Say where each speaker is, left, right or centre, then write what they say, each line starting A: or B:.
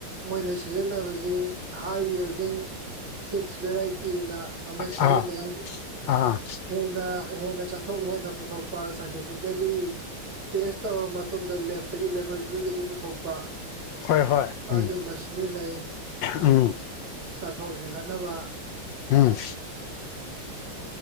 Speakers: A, on the right; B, on the left.
A: ꯃꯣꯏꯅ ꯁꯤꯖꯤꯟꯅꯕꯁꯤ ꯍꯥꯏ ꯌꯦꯜ ꯗꯤꯡ ꯆꯦꯠ ꯚꯦꯔꯥꯏꯇꯤ ꯑꯅ ꯑꯃ ꯁꯤꯖꯤꯟꯅꯩ
B: ꯑꯥ ꯑꯥ
A: ꯍꯦꯟꯅ ꯍꯦꯟꯅ ꯆꯥꯊꯣꯛ ꯍꯦꯟꯅ ꯄꯨꯊꯣꯛꯄ ꯁꯥꯏꯟꯇꯤꯐꯤꯀꯦꯜꯂꯤ ꯇꯦꯁ ꯇꯧ ꯃꯇꯨꯡꯗ ꯂꯦꯞꯇꯒꯤ ꯂꯦꯕꯣꯔꯦꯇꯣꯔꯤꯗꯒꯤ ꯄꯨꯊꯣꯛꯄ
B: ꯍꯣꯏ ꯍꯣꯏ ꯎꯝ
A: ꯑꯗꯨ ꯃ ꯁꯤꯖꯤꯟꯅꯩ
B: ꯎꯝ
A: ꯊꯣꯛ ꯍꯦꯟꯒꯠꯅꯕ
B: ꯎꯝ